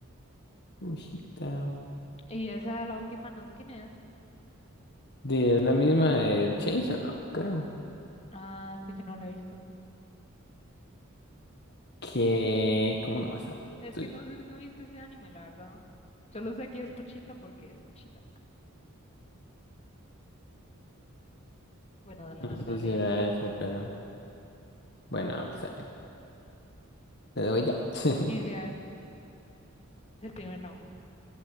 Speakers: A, on the left (about 55°); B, on the left (about 30°).
A: Ushita.
B: Y esa, la última, no sé quién es.
A: De es la misma del Chainsaw, no, creo.
B: Ah, es que yo no la he visto.
A: Que,
B: <laughs>
A: ¿cómo no vas a saber?
B: Es
A: Estoy-
B: que no, sé- no he visto ese anime, la verdad. Yo lo sé que es Pochita porque es Pochita. Bueno, la
A: No
B: verdad,
A: sé si
B: le...
A: será esa, pero. Bueno, vamos a ver. Le doy ya. <laughs>
B: Sí, sí, a ver. Es el primer round.